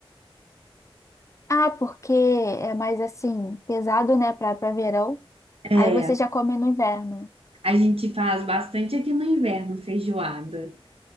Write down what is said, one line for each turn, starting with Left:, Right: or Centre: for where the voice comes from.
Left: Ah, porque é mais assim, pesado, né, pra, pra verão.
Right: É,
Left: Aí você já come no inverno.
Right: a gente faz bastante aqui no inverno, feijoada.